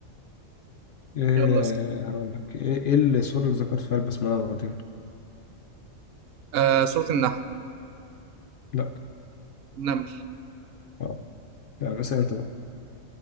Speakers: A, on the left; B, on the right.
A: ايه
B: يلا اسأل
A: هقول لك ايه ايه السورة اللي ذكرت فيها البسملة مرتين
B: آه سورة النحل
A: لا
B: النمل
A: اه يعني اسأل انت بقى